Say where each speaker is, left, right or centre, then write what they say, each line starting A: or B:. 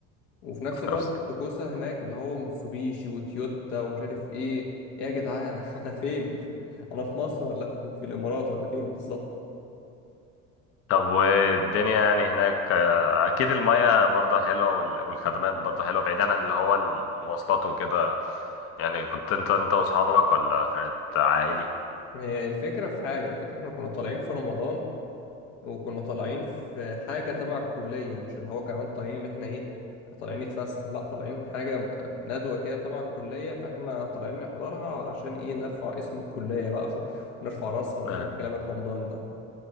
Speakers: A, on the left; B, on the left.
A: وفي نفس
B: في
A: الوقت
B: نفس
A: التكوسة هناك اللي هو متسوبيشي وتويوتا ومش عارف إيه إيه يا جدعان <laughs> أنا فين <laughs> أنا في مصر ولا في في الإمارات ولا فين بالظبط
B: طب والدنيا يعني هناك آه، اكيد المياه برضه حلوة وال- والخدمات برضه حلوة بعيدا عن اللي هو المواصلات وكده يعني كنت انت انت واصحابك ولا كانت عائلي؟
A: هي الفكرة في حاجة الفكرة احنا كنا طالعين في رمضان وكنا طالعين في حاجة تبع الكلية مش اللي هو كمان طالعين اللي احنا ايه طالعين نتفسح لا طالعين حاجة م- ندوة كده تبع الكلية فاحنا طالعين نحضرها علشان ايه نرفع اسم الكلية بقى <laughs> ونرفع راسها وش-
B: مم.
A: والكلام الحمضان ده